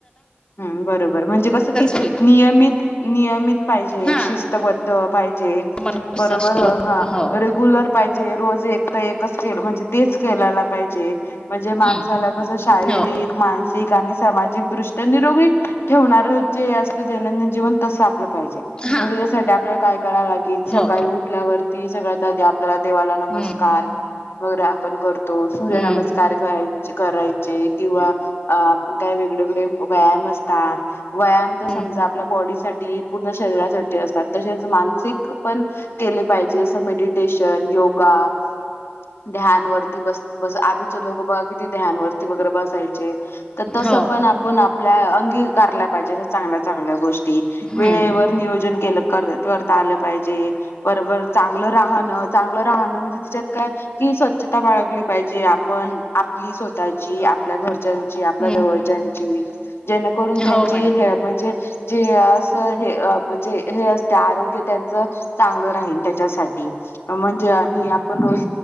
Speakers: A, on the left; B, on the left.
A: हम् बरोबर म्हणजे कसं कि
B: होईल.
A: नियमित नियमित पाहिजे
B: हा
A: शिस्तबद्ध पाहिजे.
B: नियमानुसार
A: बरोबर हा
B: हो.
A: रेग्युलर पाहिजे रोज एक तर एक केेल म्हणजे तेच करायला पाहिजे म्हणजे
B: हम्म
A: माणसाला कस शारीरिक
B: हो
A: मानसिक ठिकाणी आणि सामाजिकदृष्ट्या निरोगी ठेवणार जे असते दैनंदिन जीवन तस आप पाहिजे
B: हा
A: मग त्याच्यासाठी आपल्याला काय कराव लागेल सकाळी
B: हो
A: उठल्यावरती सगळ्यात आधी आ आपल्याला देवाला नमस्कार
B: हम्म
A: वगैरे आपण करतो सूर्य
B: हम्म.
A: नमस्कार करायचे किंवा आपण काय- वेगळेवेगळे- व्यायाम असतात व्यायाम तर समजा
B: हम्म
A: आपल्या बॉडी साठी पूर्ण शरीरासाठी असतात- तसेच मानसिक पण केले पाहिजे जसं मेडिटेशन योगा- ध्यानवररती बस आधीचे लोक बघ क- <inaudible> ध्यान वरती वगैरे बसायचे तर तस
B: हो
A: पण आपण <inaudible> आपल्या अंगी करायला पाहिजे अश चांगल्या चांगल्या गोष्टी
B: हम्म
A: वेळेवर नियोजन ते करतात <inaudible> आल पाहिजे बर चांगलं राह <inaudible> चांगलं राहणं म्हणजे त्याच्यात काय की स्वच्छता बाळगली- पाहिजे आपण आपली स्वतःची आपल्या घरच्यांची आपल्या
B: हम्म
A: जवळच्याची- <inaudible> जेणेकरून त्यांची
B: हो मॅडम
A: हे म्हणजे- जे असं हे म्हणजे हे असते आरोग्य त्यांचं- चांगल राहीन त्याच्यासाठी- म्हणजे आपण रोज